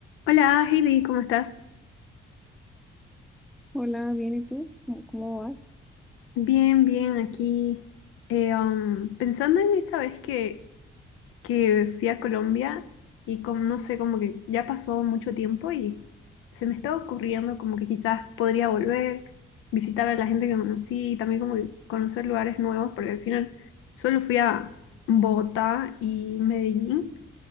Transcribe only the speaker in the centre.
Hola, bien, ¿y tú? ¿Cómo, cómo vas?